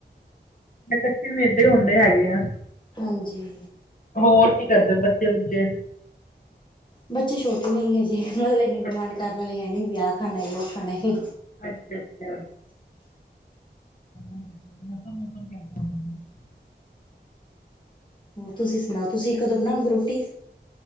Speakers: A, on the left; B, on the left.
A: ਇਹ ਕੱਚੇ ਮੇਦੇ ਹੁੰਦੇ ਹੈਗੇ ਆ।
B: ਹਾਂਜੀ।
A: ਹੋਰ ਕੀ ਕਰਦੇ ਬੱਚੇ -ਬੁੱਚੇ?
B: ਬੱਚੇ ਛੋਟੇ ਨੇ ਹਜੇ, ਮਤਲਬ ਇੰਨੀ
A: ਅੱਛਾ
B: ਡਿਮਾਂਡ ਕਰਨ ਵਾਲੀ ਹੈ ਨਹੀਂ ਵੀ ਆ ਖਾਣਾ ਉਹ। ਖਾਣਾ ਹੀ।
A: ਅੱਛਾ -ਅੱਛਾ! <inaudible>
B: ਹੋਰ ਤੁਸੀਂ ਸੁਣਾਓ ਤੁਸੀਂ ਕਦੋਂ ਬਣਾਓਗੇ ਰੋਟੀ?